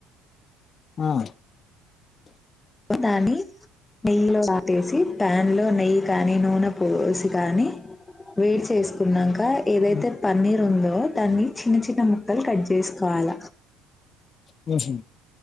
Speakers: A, on the left; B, on the left.
A: ఆ
B: దాన్ని నెయ్యి లో ఆటేసి ప్యాన్ లో నెయ్యి కాని నూనె పోసి కాని వేడి చేసుకున్నాంక క యిలైతే
A: ఉమ్
B: పన్నీర్ ఉందో దాన్ని చిన్న చిన్న ముక్కలు కట్ చేసుకోవాల
A: హ్మ్ హు